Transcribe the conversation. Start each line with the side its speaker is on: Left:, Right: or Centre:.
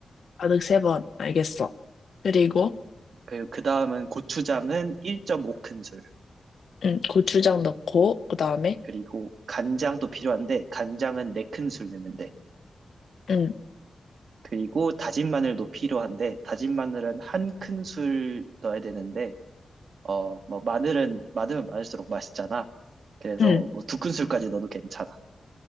Left: 가득 세 번. 알겠어. 그리고,
Right: 그리고 그 다음은 고추장은 1.5큰술.
Left: 응, 고추장 넣고, 그 다음에,
Right: 그리고 간장도 필요한데, 간장은 네 큰술 넣는데
Left: 응,
Right: 그리고 다진 마늘도 필요한데 다진 마늘은 한 큰술 넣어야 되는데 어 뭐 마늘은 많으면 많을수록 맛있잖아. 그래서
Left: 응,
Right: 뭐 두 큰술까지 넣어도 괜찮아.